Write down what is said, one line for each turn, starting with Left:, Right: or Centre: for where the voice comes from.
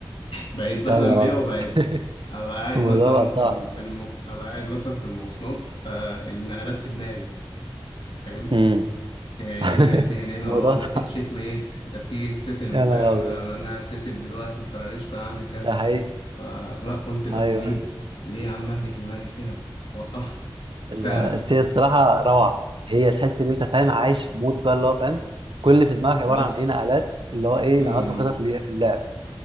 Left: بقيت بحلم
Right: يا نهار
Left: بيها
Right: ابيض
Left: وبقيت
Right: <laughs>
Left: ابقى قاعد
Right: الموضوع
Left: مثلا
Right: بقى صعب
Left: في ال- في الم... ابقى قاعد مثلا في المواصلات آه النقلات في دماغي فاهم
Right: امم
Left: آه، ايه
Right: <laughs>
Left: اللي هيتنقل هنا
Right: الموضوع
Left: اه ده
Right: صعب
Left: في تشيك ميت ده في السيتل
Right: يا
Left: فاهم
Right: نهار ابيض
Left: آه، انا هسيتل دلوقتي فقشطه هعمل كذا
Right: ده حقيقي
Left: فلا قلت لا
Right: ايوه
Left: ليه ليه يا عم اهلك دماغي كده وقفها فعلا
Right: ال- بس هي الصراحه روعه هي تحس ان انت فاهم عايش في مود بقى اللي هو فاهم كل اللي في دماغك عباره
Left: بس
Right: عن ايه نقلات اللي هو ايه
Left: مم.
Right: نقلات وخطط ليه في اللعب